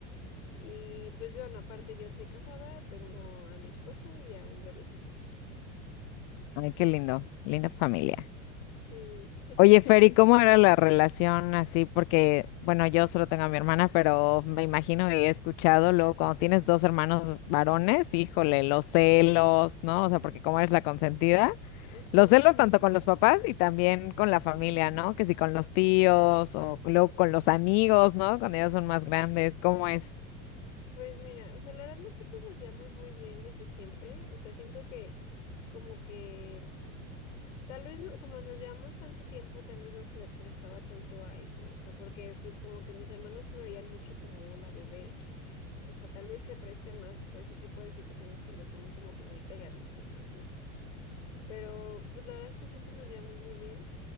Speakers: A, on the left; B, on the left.
A: Y pues yo, no, aparte yo soy casada, tengo a mi esposo y a un bebecito.
B: Ay, qué lindo, linda familia.
A: Sí.
B: Oye, Fer, ¿y cómo era la relación así? Porque, bueno, yo solo tengo a mi hermana, pero me imagino y he escuchado luego cuando tienes dos hermanos varones, híjole, los celos, ¿no? O sea, porque como eres la consentida,
A: <laughs> Ujú.
B: los celos tanto con los papás y también con la familia, ¿no? Que si con los tíos o luego con los amigos, ¿no? Cuando ellos son más grandes, ¿cómo es?
A: Pues mira, o sea, la verdad nosotros nos llevamos muy bien desde siempre, o sea, siento que como que Tal vez no- como nos llevamos tanto tiempo, tal vez no se prestaba tanto a eso, o sea, porque pues como que mis hermanos sí me veían mucho como la bebé, o sea, tal vez se preste más a ese tipo de situaciones cuando están como que muy pegaditos o así, pero pues la verdad es que siempre nos llevamos muy bien